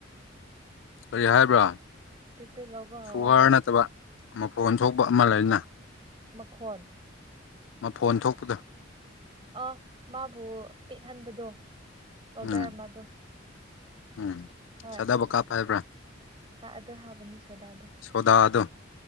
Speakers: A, on the left; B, on the right.
A: ꯀꯔꯤ ꯍꯥꯏꯕ꯭ꯔꯥ
B: ꯄꯦꯠ ꯄꯦꯠ ꯂꯥꯎꯕ ꯍꯧꯔꯒ
A: ꯁꯨꯒꯔ ꯅꯠꯇꯕ ꯃꯐꯣꯟ ꯊꯣꯛꯄ ꯑꯃꯥ ꯂꯩꯅ
B: ꯃꯈꯣꯟ
A: ꯃꯐꯣꯟ ꯊꯣꯛꯄꯗꯨ
B: ꯑꯣ ꯃꯥꯕꯨ ꯄꯦꯠꯍꯟꯕꯗꯣ ꯄꯥꯎꯗꯔ
A: ꯎꯝ
B: ꯑꯃꯗꯣ
A: ꯎꯝ
B: ꯍꯣꯏ
A: ꯆꯥꯗꯕ ꯀꯥꯞꯄ ꯍꯥꯏꯕ꯭ꯔꯥ
B: ꯍꯥ ꯑꯗꯣ ꯍꯥꯞꯄꯅꯤ ꯁꯣꯗꯥꯗꯣ
A: ꯁꯣꯗꯥꯗꯣ